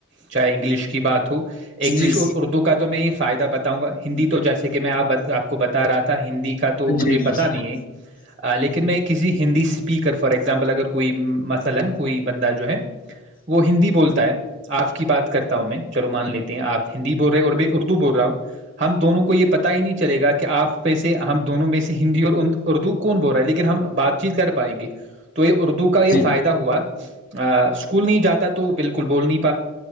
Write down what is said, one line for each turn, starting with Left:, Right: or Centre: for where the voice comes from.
Right: چاہے انگلش کی بات ہو انگلش
Left: جی
Right: اور اردو کا تو میں یہ فائدہ بتاؤں گا ہندی تو جیسے کہ میں آپ کو بتا <inaudible> آ تھا ہندی کے <inaudible> کا تو مجھے
Left: جی جی
Right: پتا نہیں ہے لیکن میں کسی ہندی سے <inaudible> اسپیکر <inaudible> فار ایگزامپل اگر کوئی م <inaudible> فلن کوئی بندہ جو ہے <inaudible> وہ ہندی بولتا ہے آپ کی بات کرتا ہوں میں چلو مان لیتے ہیں آپ <inaudible> ہندی بول رہے اور میں اردو بول رہا ہوں <inaudible> ہم دونوں کو یہ پتا ہی نہیں چلے گا کہ آپ میں سے ہم دونوں میں سے ہندی اور اردو کون بول رہا ہے لیکن ہم بات چیت کر پائیں گے <inaudible> تو یہ اردو کا یہ
Left: جی
Right: فائدہ ہوا <inaudible> اسکول نہیں جاتا تو بالکل بول نہیں <inaudible>